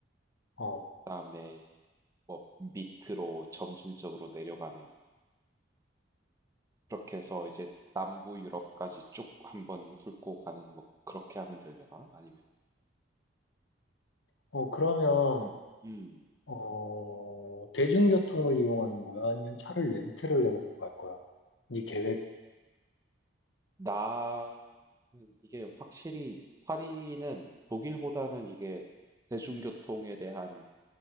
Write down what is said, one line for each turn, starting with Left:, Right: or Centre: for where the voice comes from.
Left: 어.
Right: 그다음에 뭐 밑으로 점진적으로 내려가는 그렇게 해서 이제 남부 유럽까지 쭉 한번 훑고 가는 뭐 그렇게 하면 되려나? 아니면
Left: 어, 그러면,
Right: 음, 음.
Left: 어, 대중교통을 이용하는 거야? 아니면 차를 렌트를 해가지고 갈 거야? 네 계획은?
Right: 나는 이게 확실히 파리는 독일보다는 이게 대중교통에 대한